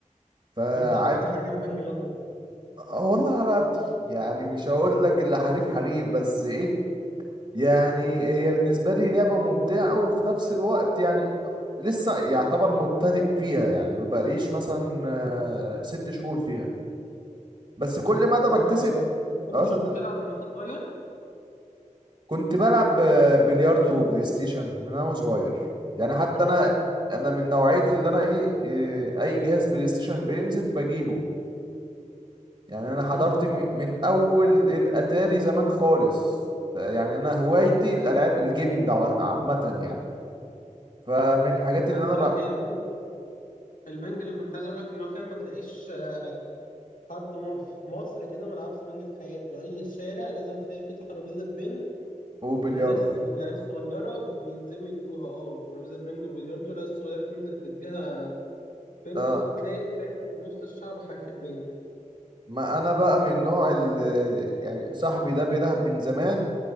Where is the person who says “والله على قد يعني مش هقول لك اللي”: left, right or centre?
Right